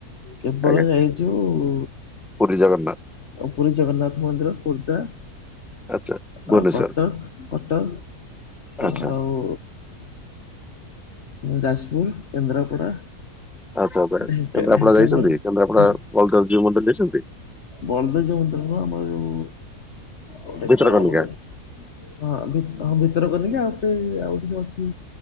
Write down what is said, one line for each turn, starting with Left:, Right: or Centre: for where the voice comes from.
Left: କେବଳ
Centre: ଆଜ୍ଞା
Left: ଯାଇ ଯୋଉଁ
Centre: ପୁରୀ ଜଗନ୍ନାଥ।
Left: ଆଉ ପୁରୀ ଜଗନ୍ନାଥ ମନ୍ଦିର ଖୋର୍ଦ୍ଧା।
Centre: ଆଚ୍ଛା ଭୁବନେଶ୍ୱର
Left: ଆଉ କଟକ କଟକ
Centre: ଆଚ୍ଛା
Left: ଆଉ ଯାଜପୁର, କେନ୍ଦ୍ରାପଡ଼ା
Centre: ଆଚ୍ଛା ଆଛା
Left: ଢେଙ୍କା
Centre: କେନ୍ଦ୍ରାପଡ଼ା
Left: ଢେଙ୍କାନାଳ
Centre: ଯାଇଛନ୍ତି? କେନ୍ଦ୍ରାପଡା ବଳଦେବ ଜୀଉ ମନ୍ଦିର ଯାଇଛନ୍ତି?
Left: ବଳଦେବ ଜୀଉ ମନ୍ଦିର ନୁହଁ ଆମର ଯଉଁ ଗଟେ
Centre: ଭିତରକନିକା
Left: କଣ ଆମର ଅଛି, ହଁ ଭିତ ହଁ ଭିତରକନିକା ଆଉ ଗୋଟେ ଆଉ ଗୋଟେ ଯୋଉ ଅଛି